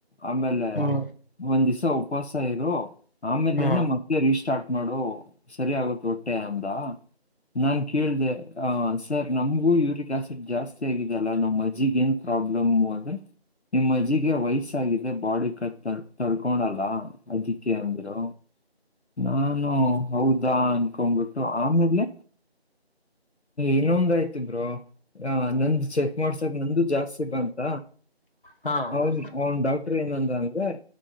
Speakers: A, on the left; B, on the left.
A: ಆಮೇಲೆ
B: ಹ್ಮ
A: ಒಂದಿಸ್ ತ್ತು ಉಪಾಸಯಿರು. ಆಮೇಲಿಂದ
B: ಹಾ
A: ಮತ್ತೆ ರೀಸ್ಟಾರ್ಟ್ ಮಾಡೋ ಸರಿ ಆಗುತ್ತ್ ಹೊಟ್ಟೆ ಅಂದ ನಾನ್ ಕೇಳ್ದೆ ಆ ಸರ್ ನಮಗೂ ಯೂರಿಕ್ ಆಸಿಡ್ ಜಾಸ್ತಿ ಆಗಿದ್ಯಲ್ಲಾ ನಮ್ಮ್ ಅಜ್ಜಿಗೆ ಏನ್ ಪ್ರಾಬ್ಲಮ್ ಅಂದ್ರೆ ನಿಮ್ಮ್ ಅಜ್ಜಿಗೆ ವೖಸ್ ತಾಗಿದೆ ಬಾಡಿ ಕಟ್ ತಡ್ಕೊಣಲ್ಲ ಅದಕ್ಕೆ ಅಂದ್ರು ನಾನು ಹೌದಾ ಅನ್ಕೊಂಡ್ಬಿಟ್ಟು ಆಮೇಲೆ ಇನ್ನೊಂದಯ್ತು ಬ್ರೊ ಆ ನಂದ್ ಚೆಕ್ ಮಾಡ್ಸಕ್ ನಂದು ಜಾಸ್ತಿ ಬಂತ
B: ಹಾ ಹ
A: ಅವ್ನ್ ಅವನ್ ಡಾಕ್ಟರ್ ಏನಂದ ಅಂದ್ರೆ